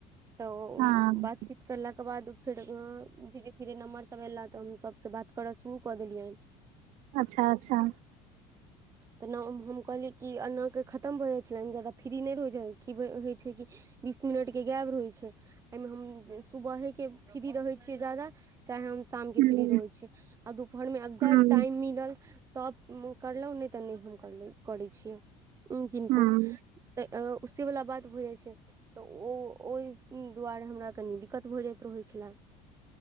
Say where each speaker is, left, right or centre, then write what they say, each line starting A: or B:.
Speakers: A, on the right; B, on the right.
A: तऽ
B: हँ
A: बातचीत करलाक के बाद फेर धीरे धीरे नम्बर सभ अयला तऽ हम सभसँ बात करय शुरू कऽ देलियनि
B: अच्छा अच्छा
A: त ना हम कहलिय कि एना के खतम भ जाइ छलेन जा फ्री नहि रहहि जाइ कि होइ छैय कि बीस मिनटके गायब रहै छैय एहिमे हम सुबहे के फ्री रहै छियै जदा चाहे हम शामके
B: हूँ
A: फ्री रहै छी आ दुपहरमे अगर
B: हूँ
A: टाइम मिलल तब मुकरलहु नहि त नहि हम करलौं करै छियै किनको
B: हूँ
A: त उ सेवला बात भ जाइ छैय। त ओ ओहि दुआरे हमरा कनि दिक्कत भ जाइत रहैत छलए।